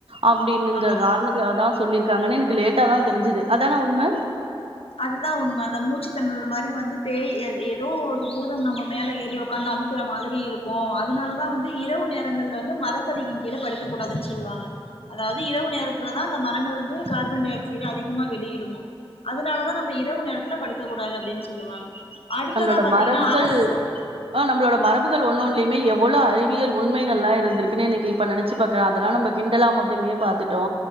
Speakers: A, on the right; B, on the left.
A: அப்டின்னுங்க
B: ஆமா
A: காரணத்துகாகதா சொல்லிருக்காங்கனு எனக்கு லேட்டாதா தெரிஞ்சுது அதான உண்ம
B: அதுதா உண்ம அந்த மூச்சு தெணறல் மாரி வந்து பேய் ஏ ஏதோ ஒரு பூதம் நம்ம மேல ஏறி ஒக்காந்து அமுக்கிற மாதிரி இருக்கு அதுனாலதா வந்து இரவு நேரங்கள்ல வந்து மரத்தடின் கீழ படுக்க கூடாதுனு சொல்லுவாங்க அதாவது இரவு நேரத் த்துலதா அந்த மரங்கள் வந்து கார்பன் டை ஆக்சைட அதிகமா வெளியிடுமா அதுனால தா நம்ப இரவு நேரத்துல படுக்கக் கூடாது அப்டினு சொல்லுவாங்க அடுத்ததா
A: நம்மளோட
B: பாத்தீங்கன்னா
A: மரபுகள்
B: அரசு
A: அ நம்மளோட மரபுகள் ஒன் ஒன்லயுமே எவ் வோள அறிவியல் உண்மைகள்லா இருந்துருக்குனே இன்னைக்கி இப்ப நெனச்சு பாக்க அதெல்லா நம்ம கிண்டலா மட்டுமே பாத்துடோ